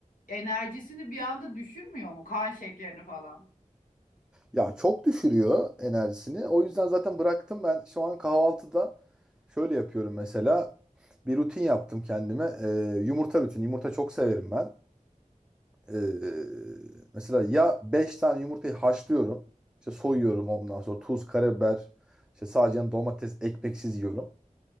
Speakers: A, on the left (about 80°); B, in the centre.
A: Enerjisini bir anda düşürmüyor mu? Kan şekerini falan.
B: Ya çok düşürüyor enerjisini. O yüzden zaten bıraktım ben. Şu an kahvaltıda şöyle yapıyorum mesela. Bir rutin yaptım kendime. Ee, yumurta rutini. Yumurta çok severim ben. Ee, mesela ya 5 tane yumurtayı haşlıyorum. İşte soyuyorum ondan sonra tuz, karabiber, işte sadece yanına domates, ekmeksiz yiyorum.